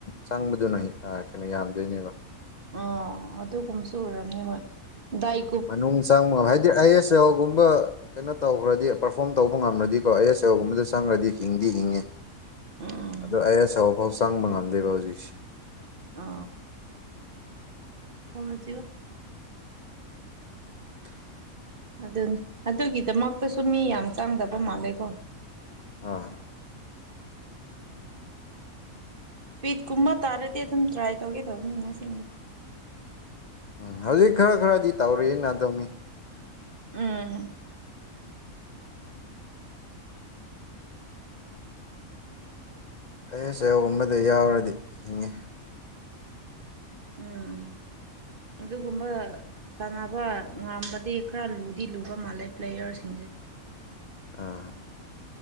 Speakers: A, on the left; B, on the right.
A: ꯆꯪꯕꯗꯨꯅ ꯀꯩꯅꯣ ꯌꯥꯝꯗꯣꯏꯅꯦꯕ
B: ꯑ ꯑꯗꯨꯒꯨꯝꯕꯁꯨ ꯑꯣꯏꯔꯝꯅꯤ ꯍꯣꯏ ꯗꯥꯏ
A: ꯃꯅꯨꯡ ꯆꯪꯕ ꯍꯥꯏꯗꯤ ꯑꯥꯏ ꯑꯦꯁ ꯑꯧꯒꯨꯝꯕ ꯀꯩꯅꯣ ꯇꯧꯈ꯭ꯔꯗꯤ ꯄꯔꯐꯣꯝ ꯇꯧꯕ ꯉꯝꯅꯗꯤꯀꯣ ꯑꯦ ꯑꯦꯁ ꯑꯦꯣꯒꯨꯝꯕꯗ ꯆꯪꯈ꯭ꯔꯗꯤ ꯍꯤꯡꯗꯤ ꯍꯤꯡꯉꯤ
B: ꯎꯝ
A: ꯑꯗꯣ ꯑꯩ ꯑꯆꯧ ꯑꯐꯥꯎ ꯆꯪꯕ ꯉꯝꯗꯦꯕ ꯍꯧꯖꯤꯛꯁꯦ
B: ꯑ ꯐꯣꯂꯅ ꯆꯕ
A: ꯎ
B: ꯑꯗꯨꯅꯤ ꯑꯗꯨꯒꯤꯗꯃꯛꯇꯁꯨ ꯃꯤ ꯌꯥꯝ ꯆꯪꯗꯕ ꯃꯥꯜꯂꯦꯀꯣ
A: ꯑꯥ
B: ꯐꯤꯠꯀꯨꯝꯕ ꯇꯥꯔꯗꯤ ꯑꯗꯨꯝ ꯇ꯭ꯔꯥꯏ ꯇꯧꯒꯦ ꯇꯧꯕꯅꯤꯅ ꯑꯁꯦꯡꯕꯗꯤ
A: ꯎꯝ ꯍꯧꯖꯤꯛ ꯈꯔ ꯈꯔꯗꯤ ꯇꯧꯔꯤꯑꯅ ꯑꯗꯨꯝꯃꯤ
B: ꯎꯝ
A: ꯑꯩꯅ ꯆꯌꯣ ꯑꯃꯗ ꯌꯥꯎꯔꯗꯤ ꯍꯤꯡꯉꯤ
B: ꯎꯝ ꯑꯗꯨꯒꯨꯝꯕ ꯁꯥꯟꯅꯕ ꯉꯝꯕꯗꯤ ꯈꯔ ꯂꯨꯗꯤ ꯂꯨꯒ ꯃꯥꯜꯂꯦ ꯄ꯭ꯂꯦꯌꯔꯁꯤꯡꯁꯦ
A: ꯑꯥ